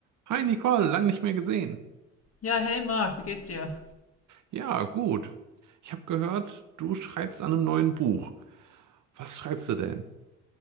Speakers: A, on the right (about 55°); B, on the left (about 40°).
A: Hi Nicole, lang nicht mehr gesehen.
B: Ja, hey Marc, wie geht's dir?
A: Ja, gut. Ich habe gehört, du schreibst an einem neuen Buch. Was schreibst du denn?